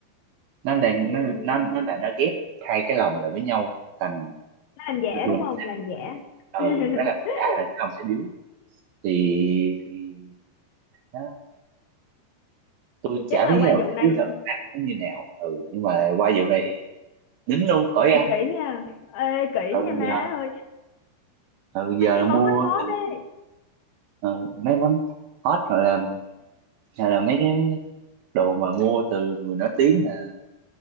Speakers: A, on the right; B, on the left.
A: nó đang
B: ừ
A: nó nó nó là nó ghép hai cái lòng lại với nhau thành
B: nó làm giả
A: vừa lòng
B: đúng không
A: xe
B: làm
A: điếu
B: giả
A: ờ
B: <laughs>
A: nó là giả là cái lòng xe điếu thì thì nó tôi
B: thì
A: chả
B: chắc là
A: biết
B: qua
A: cái lòng
B: vụ
A: xe
B: này
A: điếu thật ăn nó như nào ừ nhưng mà qua vụ này thì đính luôn khỏi
B: phải
A: ăn
B: kỹ nha Ê, kỹ
A: ừ
B: nha má
A: giờ
B: ơi
A: ừ giờ
B: mấy cái
A: là
B: món
A: mua
B: hot hot
A: từ
B: ấy
A: ừ, mấy món hot rồi là hay là mấy cái đồ mà mua từ người nổi tiếng là